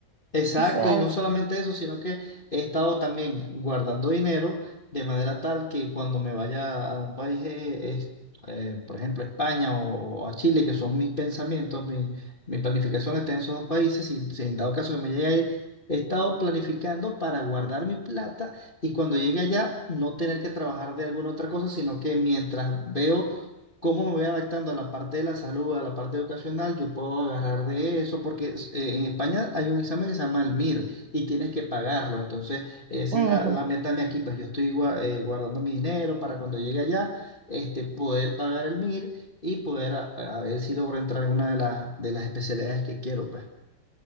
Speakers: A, on the left; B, on the right.
A: Exacto,
B: O sea,
A: y no solamente eso, sino que he estado también guardando dinero de manera tal que cuando me vaya a un país, eh, es- eh, por ejemplo, España o, o a Chile, que son mis pensamientos, mi, mi planificación está en esos dos países, y si en dado caso que me llegue a ir, he estado planificando para guardar mi plata y cuando llegue allá no tener que trabajar de alguna otra cosa, sino que mientras veo cómo me voy adaptando a la parte de la salud, a la parte educacional, yo puedo agarrar de eso, porque es- eh, en España hay un examen que se llama el MIR y tienes que pagarlo. Entonces, esa
B: ujú.
A: es la, la meta de aquí, pues yo estoy gua- eh, guardando mi dinero para cuando llegue allá, este, poder pagar el MIR y poder a, a ver si logro entrar en una de las, de las especialidades que quiero, pues.